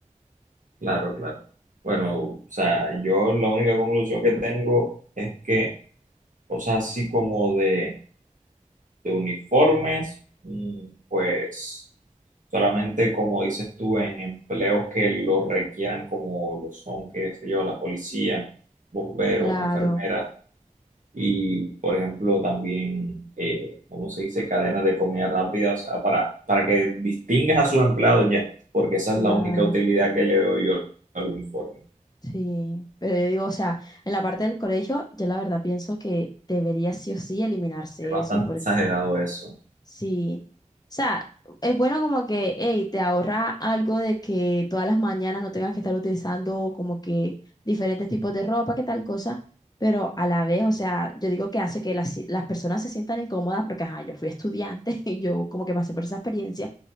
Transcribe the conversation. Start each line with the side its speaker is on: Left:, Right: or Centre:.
Right: claro, claro. Bueno, o sea, yo la única conclusión que tengo es que cosas así como de, de uniformes, mm, pues solamente como dices tú, en empleos que lo requieran, como lo son, qué sé yo, la policía, bomberos,
Left: Claro.
Right: enfermeras y, por ejemplo, también, eh, ¿cómo se dice?, cadenas de comida rápida, o sea, para, para que distingas a sus empleados ya, porque esa
Left: Claro,
Right: es la única utilidad que le veo yo al uniforme.
Left: sí. Pero yo digo, o sea, en la parte del colegio, yo la verdad pienso que debería sí o sí eliminarse
Right: Es bastante
Left: eso, porque
Right: exagerado eso,
Left: sí. O sea, es bueno como que, hey, te ahorra algo de que todas las mañanas no tengas que estar utilizando como que diferentes tipos de ropa, que tal cosa. Pero a la vez, o sea, yo digo que hace que las, las personas se sientan incómodas porque, ajá, yo fui estudiante <laughs> y yo como que pasé por esa experiencia.